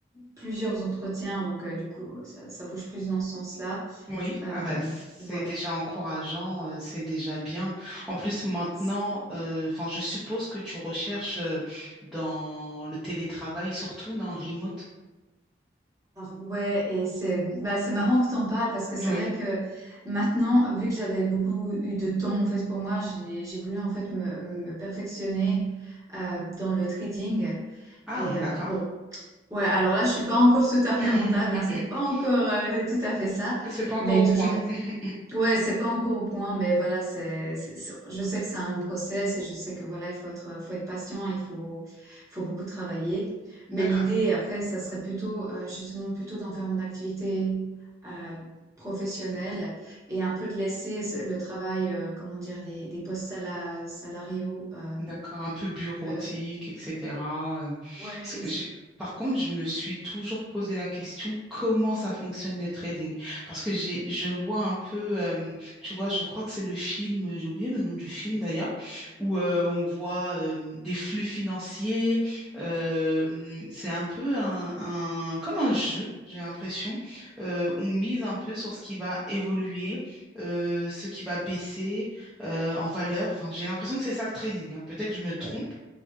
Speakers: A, on the right (about 20°); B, in the centre.
A: plusieurs entretiens, donc euh, du coup, ça, ça bouge plus dans ce sens-là.
B: Oui,
A: Euh,
B: ah bah, c- c'est
A: voilà.
B: déjà encourageant, euh, c'est déjà bien. En plus, maintenant,
A: C'est-
B: euh, enfin, je suppose que tu recherches euh, dans le télétravail, surtout dans remote.
A: Ouais, et c'est bah, c'est marrant que t'en parles parce que c'est
B: Oui.
A: vrai que maintenant, vu que j'avais beaucoup eu de temps en fait pour moi, j'ai j'ai voulu en fait me, me perfectionner euh, dans le trading.
B: Ah,
A: Et euh,
B: d'accord.
A: bon, ouais, alors là, je suis pas encore tout à fait
B: <laughs>
A: rentable, hein, c'est pas encore euh, tout à fait ça,
B: C'est pas encore
A: mais
B: au
A: toujours
B: point. <laughs>
A: Ouais, c'est pas encore au point, mais voilà, c'est, c'est- c'est- je sais que c'est un long process et je sais que voilà, il faut être, faut être patient, il faut, faut beaucoup travailler.
B: D'accord.
A: Mais l'idée, après, ça serait plutôt, euh, justement, plutôt d'en faire mon activité euh, professionnelle et un peu de laisser ce- le travail, euh, comment dire, des, des postes sala- salariaux. euh,
B: D'accord, un peu bureautique,
A: euh,
B: etc. euh,
A: ouais,
B: parce que j'ai- Par contre, je me suis toujours posé la question comment ça fonctionne le trading? Parce que j'ai, je vois un peu, euh, tu vois, je crois que c'est le film, j'ai oublié le nom du film d'ailleurs, où euh, on voit euh, des flux financiers. euh, c'est un peu un, un- comme un jeu, j'ai l'impression. Euh, on mise un peu sur ce qui va évoluer, euh, ce qui va baisser euh, en valeur. Enfin, j'ai l'impression que c'est ça le trading. hein. Peut-être que je me trompe.